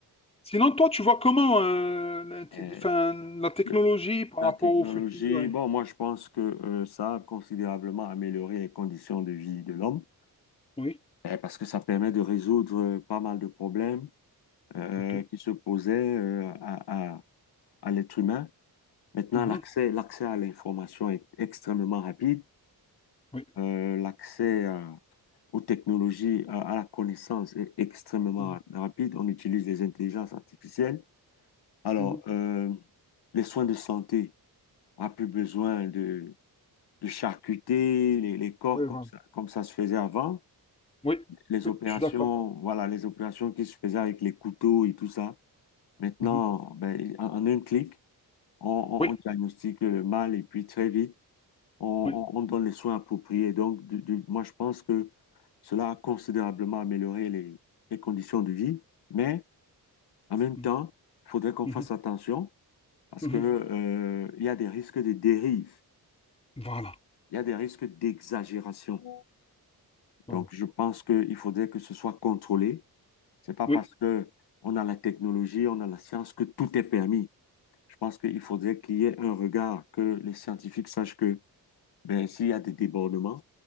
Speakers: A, on the left; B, on the left.
A: Sinon, toi, tu vois comment euh, la, t-
B: Euh,
A: enfin, la technologie
B: le-
A: par
B: la
A: rapport
B: technologie,
A: au futur, ouais.
B: bon, moi, je pense que euh, ça a considérablement amélioré les conditions de vie de l'homme
A: Oui,
B: euh, parce que ça permet de résoudre euh, pas mal de problèmes euh,
A: ok.
B: qui se posaient euh, à, à- à l'être humain. Maintenant,
A: Mhm,
B: l'accès, l'accès à l'information est extrêmement rapide.
A: Oui.
B: Euh, l'accès à- aux technologies, à à la connaissance est extrêmement
A: Mhm,
B: rapide. On utilise les intelligences artificielles. Alors,
A: mhm.
B: euh, les soins de santé, on n'a plus besoin de, de charcuter les, les corps
A: Oui,
B: comme
A: voilà.
B: ça, comme ça se faisait avant.
A: Oui,
B: Les
A: oui,
B: opérations,
A: je suis d'accord.
B: voilà, les opérations qui se faisaient avec les couteaux et tout ça. Maintenant,
A: Mhm,
B: ben, en, en un clic, on, on-
A: Oui,
B: on diagnostique le mal et puis très vite, on,
A: oui.
B: on- on donne les soins appropriés. Donc, de- de- moi, je pense que cela a considérablement amélioré les, les conditions de vie, mais en même
A: mhm,
B: temps, il faudrait qu'on
A: mhm,
B: fasse attention Parce
A: mhm.
B: que, euh, il y a des risques de dérive,
A: Voilà,
B: il y a des risques d'exagération.
A: voilà.
B: Donc, je pense qu'il faudrait que ce soit contrôlé. C'est pas
A: Oui.
B: parce que on a la technologie, on a la science que tout est permis. Je pense qu'il faudrait qu'il y ait un regard, que les scientifiques sachent que ben, s'il y a des débordements,